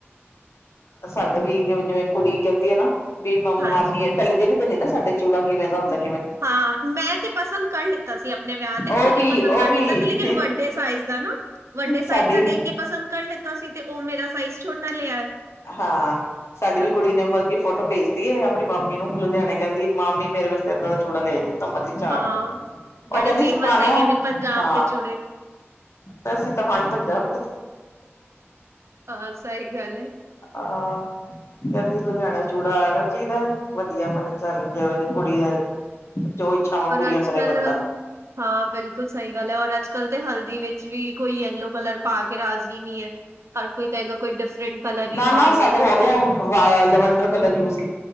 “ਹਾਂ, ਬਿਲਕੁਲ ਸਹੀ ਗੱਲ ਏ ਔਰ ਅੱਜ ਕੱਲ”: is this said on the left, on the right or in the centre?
Right